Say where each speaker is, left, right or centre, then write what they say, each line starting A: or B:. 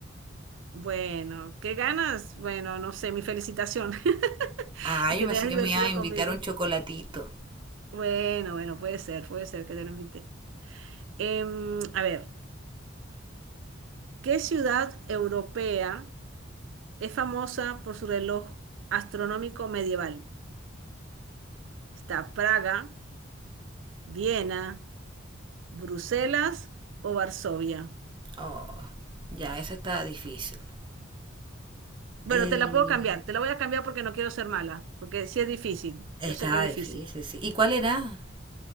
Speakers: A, on the right (about 65°); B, on the right (about 25°).
A: bueno, ¿qué ganas? Bueno, no sé, mi felicitación <laughs>
B: Ah,
A: y
B: yo
A: que
B: pensé
A: te hayas
B: que
A: divertido
B: me iba a
A: conmigo.
B: invitar a un chocolatito.
A: Bueno, bueno, puede ser, puede ser que te lo invite. Em, a ver, ¿qué ciudad europea es famosa por su reloj astronómico medieval? ¿Está Praga, Viena, Bruselas o Varsovia?
B: Oh, ya, esa estaba difícil.
A: Bueno,
B: Eh,
A: te la puedo cambiar, te la voy a cambiar porque no quiero ser mala, porque sí es difícil,
B: estaba
A: yo sé que es difícil.
B: difícil, sí. ¿Y cuál era?